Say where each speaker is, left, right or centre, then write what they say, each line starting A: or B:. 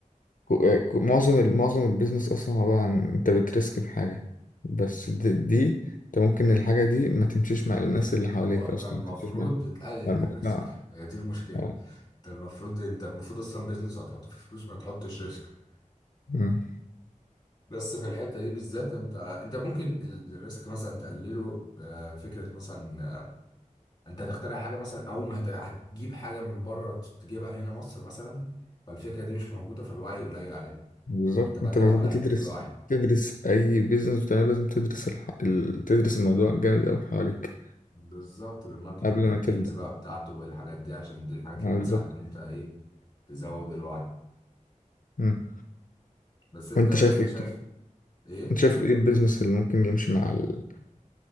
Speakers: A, on the left; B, on the left.
A: كو- آه، كو- معظم ال- معظم البيزنس اصلا عباره عن انت بترسك بحاجه بس دي, دي انت ممكن الحاجه دي ما تمشيش مع الناس اللي حواليك
B: هو انت
A: اصلا
B: المفروض
A: ما تمشيش مع
B: بتقلل
A: مع المجتمع
B: الريسك هي دي المشكله
A: اه
B: انت المفروض انت المفروض اصلا بيزنس هتحط فيه فلوس ما تحطش ريسك
A: أمم.
B: بس في الحته دي بالذات انت انت ممكن ال- الريسك مثلا تقلله آه، فكره مثلا انت هتخترع حاجه مثلا او ما هت- هتجيب حاجه من بره تجيبها هنا مصر مثلا فالفكره دي مش موجوده فالوعي قليل عليها
A: بالظبط
B: انت بقى
A: انت
B: تلعب
A: المفروض
B: على حته
A: تدرس
B: الوعي
A: تدرس اي بيزنس بتعمله لازم تدرس الح... ال... تدرس الموضوع جامد قوي حواليك
B: بالظبط بالماركتينج
A: قبل
B: كامبينز
A: ما تبدا
B: بقى بتاعته والحاجات دي عشان دي الحاجات
A: آه،
B: اللي بتساعد
A: بالظبط
B: ان انت ايه تزود الوعي
A: أمم.
B: بس انت
A: وانت
B: انت
A: شايف ايه
B: شايف
A: طيب؟
B: ايه
A: انت شايف ايه البيزنس اللي ممكن يمشي مع ال...